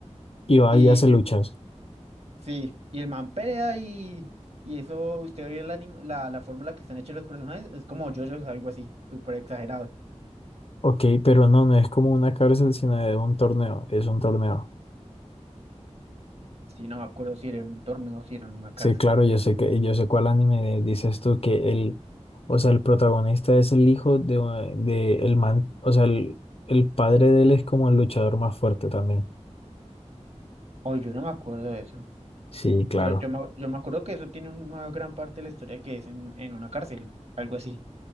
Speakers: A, on the left (about 55°); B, on the right (about 60°).
A: Y va
B: y
A: y hace luchas.
B: sí, y el man pelea y... Y eso, usted ve el anim- la, la forma en la que están hechos los personajes, es como JoJo's, algo así, súper exagerado.
A: Ok, pero no, no es como una cárcel, sino de un torneo, es un torneo.
B: Sí, no me acuerdo si era en un torneo o si era en una cárcel.
A: Sí, claro, yo sé que, yo sé cuál anime dices tú que el, o sea, el protagonista es el hijo de, una- de el man, o sea, el, el padre de él es como el luchador más fuerte también.
B: Hoy yo no me acuerdo de eso.
A: Sí, claro.
B: Yo, yo, me, yo me acuerdo que eso tiene una gran parte de la historia que es en, en una cárcel, algo así.